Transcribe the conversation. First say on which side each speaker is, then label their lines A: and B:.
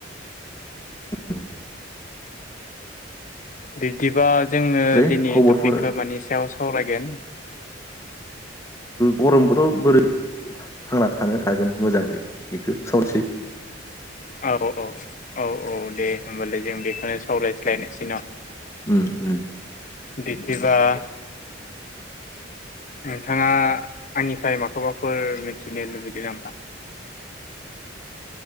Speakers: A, on the left (about 15°); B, on the left (about 45°).
A: <inaudible>
B: बिब्दिबा जोङो
A: ओमफ्राय
B: दिनै
A: खबरफोर
B: टपिकखौ मानानि सायाव सावराय गोन
A: गरम बोथोराव बोरै थांना थानो हागोन मोजांहै बेखौ सावरानोसै
B: औ औ औ औ दे होमबालाय जों बेखौनो सावरायस्लायनोसै न
A: उम उम
B: बिदिबा
A: <inaudible>
B: नोंथाङा आंनिफ्राय माखौबाफोर मिथिनो लुबैदों नामा